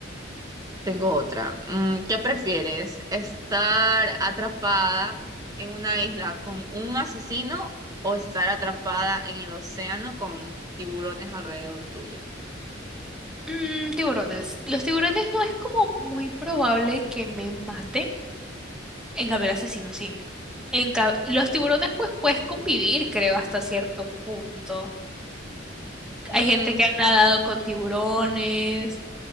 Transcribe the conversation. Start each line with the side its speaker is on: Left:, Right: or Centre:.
Right: Tengo otra. Mm, ¿Qué prefieres? ¿Estar atrapada en una isla con un asesino o estar atrapada en el océano con tiburones alrededor tuyo?
Centre: Mm, tiburones. Los tiburones no es como muy probable que me maten. En cambio, el asesino sí. En ca- los tiburones, pues puedes convivir, creo, hasta cierto punto.
Right: Mm,
Centre: Hay gente que ha nadado con tiburones.